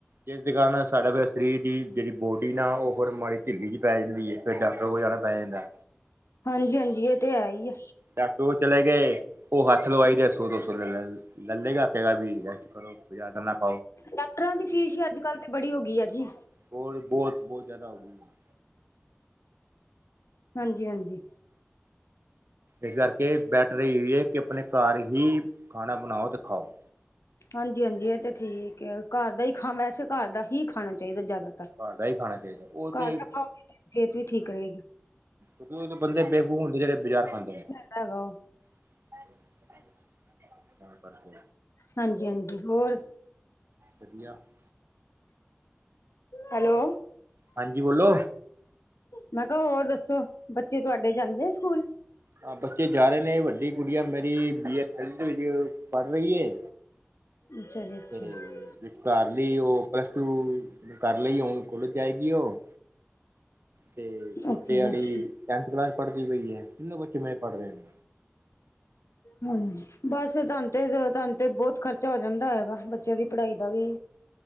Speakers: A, on the right; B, on the left.
A: ਜਿਸ ਕਾਰਨ ਸਾਡੇ ਵ ਸਰੀਰ ਦੀ ਜਿਹੜੀ ਬੋਡੀ ਨਾ ਉਹ ਫੇਰ ਮਾੜੀ ਢਿੱਲੀ ਚ ਪੈ ਜਾਂਦੀ ਏ ਫੇਰ ਡਾਕਟਰ ਕੋਲ ਜਾਣਾ ਪੈ ਜਾਂਦੈ
B: ਹਾਂਜੀ ਹਾਂਜੀ ਇਹ ਤੇ ਹੈ ਹੀ ਐ
A: ਡਾਕਟਰ ਕੋ ਚਲੇ ਗਏ ਉਹ ਹੱਥ ਲਵਾਈ ਦੇ ਸੋ ਦੋ ਸੌ ਰੁਪਏ ਲੱਲੇਗਾ <unintelligible>
B: ਡਾਕਟਰਾਂ ਦੀ ਫੀਸ ਹੀ ਅੱਜ ਕਲ੍ਹ ਬੜੀ ਹੋ ਗਈ ਆ ਜੀ
A: ਹੋਰ ਬਹੁਤ ਬਹੁਤ ਜਿਆਦਾ ਹੋ ਗਈ ਹੈ
B: ਹਾਂਜੀ- ਹਾਂਜੀ।
A: ਇਸ ਕਰਕੇ ਬੈਟਰ ਇਹੀਓ ਏ ਕਿ ਆਪਣੇ ਘਰ ਹੀ ਖਾਣਾ ਬਣਾਓ, ਤੇ ਖਾਓ।
B: ਹਾਂਜੀ- ਹਾਂਜੀ ਇਹ ਤੇ ਠੀਕ ਆ, ਘਰ ਦਾ ਹੀ ਖਾ ਵੈਸੇ ਘਰ ਦਾ ਹੀ ਖਾਣਾ ਚਾਹੀਦਾ ਜ਼ਿਆਦਾ।
A: ਘਰ ਦਾ ਹੀ ਖਾਣਾ ਚਾਹੀਦਾ ਉਹ
B: ਘਰ
A: ਤੇ
B: ਦਾ ਖਾਓ, ਸਿਹਤ ਵੀ ਠੀਕ ਰਹੇਗੀ।
A: ਉਹ ਤੇ ਬੰਦੇ ਬੇਵਕੂਫ ਹੁੰਦੇ, ਜਿਹੜੇ ਬਾਜ਼ਾਰ ਦਾ ਖਾਂਦੇ। ਨੇ
B: ਦਾ ਹੈਗਾ ਉਹ।
A: <inaudible> ਤਾਂ ਕਰਕੇ
B: ਹਾਂਜੀ -ਹਾਂਜੀ ਹੋਰ
A: ਵਧੀਆ। <inaudible>
B: ਹੈਲੋ,
A: ਹਾਂਜੀ ਬੋਲੋ
B: ਮੈਂ ਕਿਹਾ ਹੋਰ ਦੱਸੋ, ਬੱਚੇ ਤੁਹਾਡੇ ਜਾਂਦੇ ਆ ਸਕੂਲ।
A: ਹਾਂ ਬੱਚੇ ਜਾ ਰਹੇ ਨੇ, ਵੱਡੀ ਗੁੜੀਆ ਮੇਰੀ ਬੀ ਐ ਥਰਡ ਦੇ ਵਿੱਚ ਪੜ ਰਹੀ ਏ।
B: ਅੱਛਾ ਜੀ ਅੱਛਾ
A: ਤੇ ਵਿਚਕਾਰ ਲੀ ਉਹ, ਪਲੱਸ ਟੂ ਕਰ ਲਈ ਹੁਣ। ਜਾਏਗੀ ਉਹ। ਤੇ ਛੋਟੇ
B: ਅੱਛਾ ਜੀ
A: ਆਲੀ ਟੈਨਥ ਕਲਾਸ ਚ ਪੜ੍ਹਦੀ ਪਈ ਐ, ਤਿੰਨੋ ਬੱਚੇ ਮੇਰੇ ਪੜ੍ਹ ਰਹੇ ਨੇ।
B: ਹਾਂਜੀ, ਬਸ ਫੇਰ ਤੁਹਾਨੂੰ ਤੇ ਤੁਹਾਨੂੰ ਤੇ ਬਹੁਤ ਖਰਚਾ ਹੋ ਜਾਂਦਾ ਹੋਏਗਾ ਬੱਚਿਆਂ ਦੀ ਪੜ੍ਹਾਈ ਦਾ ਵੀ